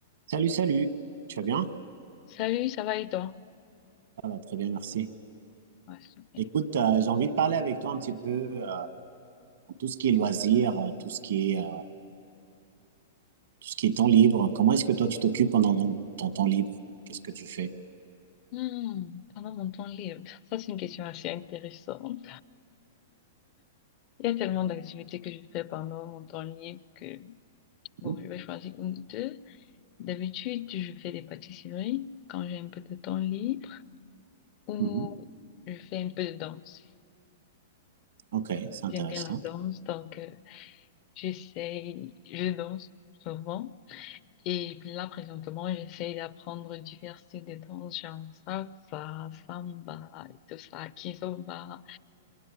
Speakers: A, on the right; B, on the left.
A: Salut, salut. Tu vas bien?
B: Salut, ça va et toi?
A: Ça va très bien, merci.
B: Ouais, super.
A: Écoute, euh, j'ai envie de parler avec toi un petit peu euh, tout ce qui est loisirs, euh, tout ce qui est, euh, tout ce qui est temps libre. Comment est-ce que toi, tu t'occupes pendant ton, ton temps libre? Qu'est-ce que tu fais?
B: Hmm, pendant mon temps libre, <laughs> ça c'est une question assez intéressante. Il y a tellement d'activités que je fais pendant mon temps libre que, bon,
A: Mhm,
B: je vais choisir une ou deux. D'habitude, je fais des pâtisseries quand j'ai un peu de temps libre ou
A: mhm.
B: je fais un peu de danse.
A: Ok, c'est intéressant.
B: J'aime bien la danse, donc euh, j'essaye, je danse souvent. Et puis là, présentement, j'essaye d'apprendre divers styles de danse, genre salsa, samba et tout ça, kizomba.